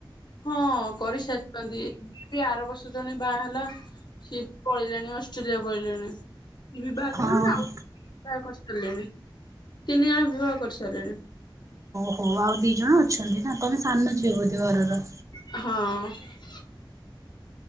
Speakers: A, on the left; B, on the right.
A: ହଁ କରିସାରିଛନ୍ତି ଆର ବର୍ଷ ଜଣେ ବାହା ହେଲା। ସିଏ ପଳେଇଲାଣି ଅଷ୍ଟ୍ରେଲିଆ ପଳେଇଲାଣି ବିବାହ
B: ହଁ
A: କରି ଆଉ। ବିବାହ କରିସାରିଲେଣି ତିନି ଜଣ ବିବାହ କରିସାରିଲେଣି।
B: ହଉ ଆଉ ଦି ଜଣ ଅଛନ୍ତି ନା ତମେ ସାନ ଝିଅ ବୋଧେ ଘରର।
A: ହଁ।